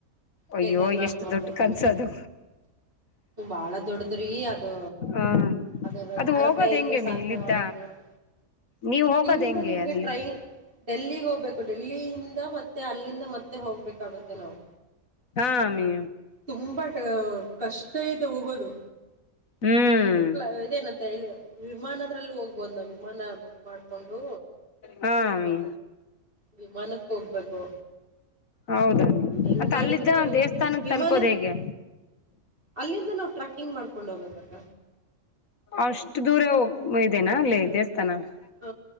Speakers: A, on the right (about 40°); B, on the left (about 70°).
A: ಕೇದಾರ್ನಾಥ್
B: ಅಯ್ಯೋ ಎಷ್ಟು
A: ನೋಡ್ಬೇಕಂತ
B: ದೊಡ್ಡ ಕನ್ಸೋದು.
A: ಬಾಳ ದೊಡ್ಡದ್ರಿ ಅದು
B: ಹ್ಮ್
A: ಅದು ಯಾರ
B: ಹೋಗೋದ್
A: ಕೈಯಲ್ಲಿ
B: ಹೆಂಗೆ ಅಮ್ಮಿ
A: ಸಾಧ್ಯವಾಗಲ್
B: ಇಲ್ಲಿದ್ದ
A: ನೋಡ್.
B: ನೀವ್ ಹೋಗೋದ್
A: ಇಲ್ಲಿಂದ
B: ಹೆಂಗೆ
A: ನಿಮಗೆ
B: ಅಲ್ಲಿ
A: ಟ್ರೈನ್ ಡೆಲ್ಲಿಗ್ ಹೋಗ್ಬೇಕು ಡೆಲ್ಲಿಯಿಂದ ಮತ್ತೆ ಅಲ್ಲಿಂದ ಮತ್ತೆ ಹೋಗ್ಬೇಕಾಗುತ್ತೆ ನಾವು.
B: ಹಾ ಅಮ್ಮಿ
A: ತುಂಬಾ ಕಷ್ಟ ಇದೆ ಹೋಗೋದು.
B: ಹ್ಮ್
A: ಪ್ಲಾನ್ ಇದೆ. <inaudible> ಮ ವಿಮಾನದ್ರಲ್ಲ ಹೋಗ್ಬೋದು ನಾವು ವಿಮಾನ ಬುಕ್ ಮಾಡ್ಕೊಂಡು.
B: ಹಾ ಅಮ್ಮಿ.
A: ವಿಮಾನಕ್ಕೆ ಹೋಗ್ಬೇಕು.
B: ಹೌದ
A: ಹೆಂಗ್
B: ಮತ್ತ
A: ಮಾಡಿದ್ರು
B: ಅಲ್ಲಿದ್ದ ದೇವಸ್ಥಾನಕ್
A: ವಿಮಾನ
B: ತಲುಪೋದು ಹೇಗೆ.
A: ಅಲ್ಲಿಂದ ನಾವು ಟ್ರಕ್ಕಿಂಗ್ ಮಾಡ್ಕೊಂಡ್ ಹೋಗಬೇಕಕ್ಕ.
B: ಅಷ್ಟು ದೂರ ಇದೆನ ಅಲ್ಲಿ ದೇವಸ್ಥಾನ ಅಲ್ಲಿ.
A: ಹ